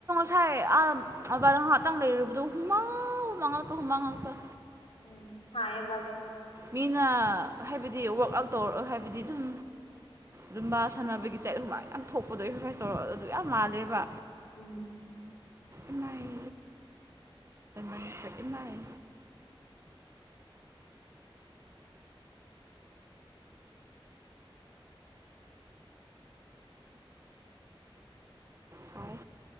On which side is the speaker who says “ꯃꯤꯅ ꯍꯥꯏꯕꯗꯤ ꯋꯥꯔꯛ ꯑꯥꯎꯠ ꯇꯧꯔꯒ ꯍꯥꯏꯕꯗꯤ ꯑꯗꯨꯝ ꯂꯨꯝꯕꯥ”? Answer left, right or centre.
Right